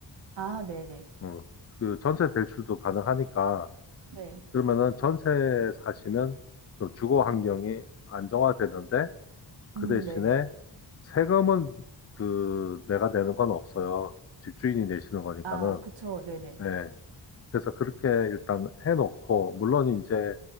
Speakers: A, on the right; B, on the left.
A: 아, 네네.
B: 어, 그 전세 대출도 가능하니까
A: 네. 네.
B: 그러면은 전세 사시면 좀 주거 환경이 안정화되는데 그
A: 음,
B: 대신에
A: 네네.
B: 세금은 그 내가 내는 건 없어요. 집주인이 내시는 거니까는.
A: 아, 그쵸. 네네.
B: 네. 그래서 그렇게 일단 해놓고 물론 이제